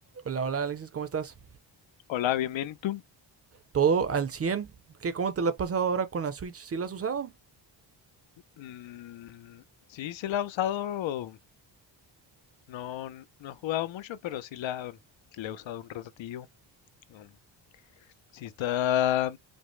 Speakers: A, on the right; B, on the left.
A: Hola, hola Alexis, ¿cómo estás?
B: Hola, bienvenido. tú?
A: ¿Todo al cien ¿Qué, cómo te la has pasado ahora con la Switch? ¿Sí la has usado?
B: Mm, sí, sí la he usado. No, no he jugado mucho, pero sí la, sí la he usado un ratillo. Mm, sí está,